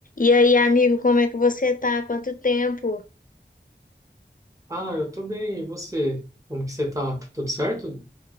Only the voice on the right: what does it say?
Ah, eu tô bem. E você? Como que você tá? Tudo certo?